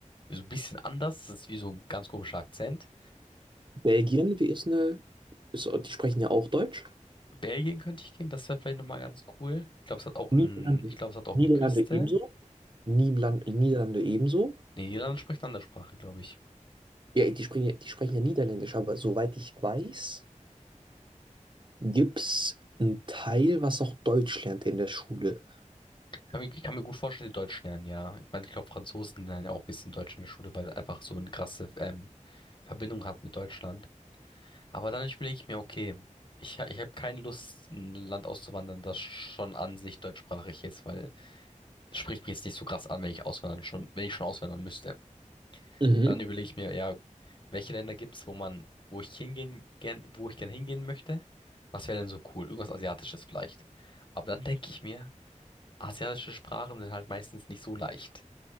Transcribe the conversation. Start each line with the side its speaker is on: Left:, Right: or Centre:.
Left: so ein bisschen anders. Das ist wie so ein ganz komischer Akzent.
Right: Belgien, wie ist eine, ist, die sprechen ja auch Deutsch.
Left: Belgien könnte ich gehen, das wäre vielleicht nochmal ganz cool. Ich glaube, es hat auch
Right: Niederlande,
Left: ein, ich glaube, es hat auch eine
Right: Niederlande
Left: Küste.
Right: ebenso. Niederland, Niederlande ebenso.
Left: Nee, Niederlande spricht eine andere Sprache, glaube ich.
Right: Ja, die sprechen, ja- die sprechen ja Niederländisch, aber soweit ich weiß, gibt es einen Teil, was auch Deutsch lernt in der Schule.
Left: Ich kann mir, ich kann mir gut vorstellen, die Deutsch lernen, ja. Ich meine, ich glaube, Franzosen lernen ja auch ein bisschen Deutsch in der Schule, weil es einfach so eine krasse ähm, Verbindung hat mit Deutschland. Aber dann überlege ich mir, okay, ich, ha- ich habe keine Lust, in ein Land auszuwandern, das schon an sich deutschsprachig ist, weil spricht mich jetzt nicht so krass an, wenn ich auswandern schon, wenn ich schon auswandern müsste.
Right: Mhm,
Left: Dann überlege ich mir, ja, welche Länder gibt's, wo man, wo ich hingehen, gern, wo ich gern hingehen möchte? Was wäre denn so cool? Irgendwas Asiatisches vielleicht. Aber dann denke ich mir, asiatische Sprachen sind halt meistens nicht so leicht.